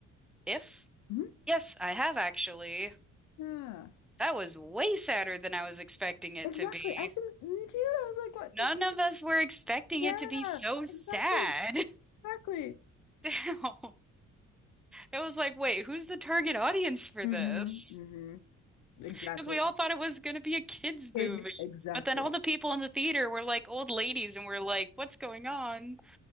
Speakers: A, in the centre; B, on the left.
A: If?
B: hmm
A: Yes, I have actually.
B: Yeah.
A: That was way sadder than I was expecting it
B: Exactly.
A: to be.
B: I think me too. I was like, what
A: None
B: this?
A: of us were expecting
B: Yeah,
A: it to be so sad.
B: exactly. Exactly.
A: <laughs> It was like, wait, who's the target audience for
B: hmm
A: this?
B: hmm Exactly.
A: Because we all thought it was going to be a kids'
B: Kid,
A: movie.
B: exactly.
A: But then all the people in the theater were like old ladies, and we're like, what's going on?